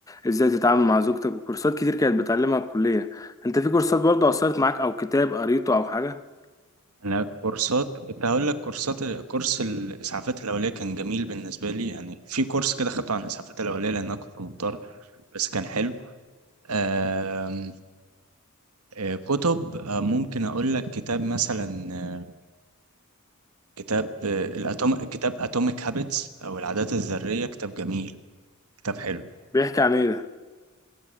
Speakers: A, on the left; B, on the right.
A: ازاي تتعامل مع زوجتك وكورسات كتير كانت بتعلمها الكلية انت في كورسات برضو اثرت معاك او كتاب قريته او حاجة
B: أنا كورسات كنت هقول لك كورسات كورس الإسعافات الأولية كان جميل بالنسبة لي يعني في كورس كده خدته عن الإسعافات الأولية لأن أنا كنت مضطر بس كان حلو آم، آه، كتب آه، ممكن أقول لك كتاب مثلا آه، كتاب آه، الأتوم كتاب اتوميك هابتس او العادات الذريه كتاب جميل كتاب حلو
A: بيحكي عن ايه ده